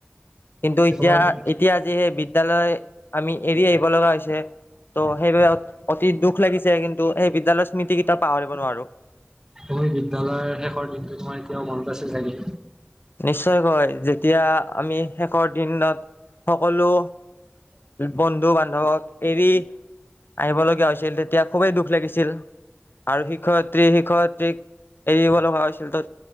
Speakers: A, on the left; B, on the right.
A: কিন্তু এতিয়া
B: তোমাৰ
A: এতিয়া আজি সেই বিদ্যালয় আমি এৰি আহিব লগা হৈছে, ত' সেইবাবে অতি দুখ লাগিছে, কিন্তু সেই বিদ্যালয়ৰ স্মৃতি কেতিয়াও পাহৰিব নোৱাৰো।
B: তুমি বিদ্যালয়ৰ শেষৰ দিনটো তোমাৰ এতিয়াও মনত আছ - ছে চাগে?
A: নিশ্চয়কৈ যেতিয়া আমি শেষৰ দিনত সকলো বন্ধু-বান্ধৱক এৰি আহিব লগীয়া হৈছিল তেতিয়া খুবেই দুখ লাগিছিল আৰু শিক্ষয়িত্ৰী- শি শিক্ষয়িত্ৰীক এৰিব লগা হৈছিল ত'